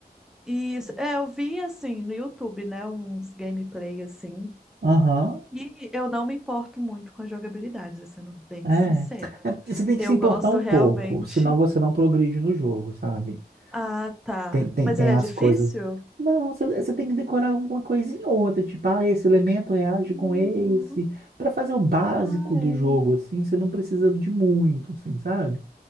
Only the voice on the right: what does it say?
Aham.
É,
é, você tem
que se importar
um
pouco, senão você não progride no jogo, sabe?
Tem, tem,
tem
as
coisas. Não, você, você tem que decorar uma coisinha ou outra, tipo, ah, esse elemento reage
com esse, para fazer o básico
do
jogo, assim, você não precisa de muito, assim, sabe?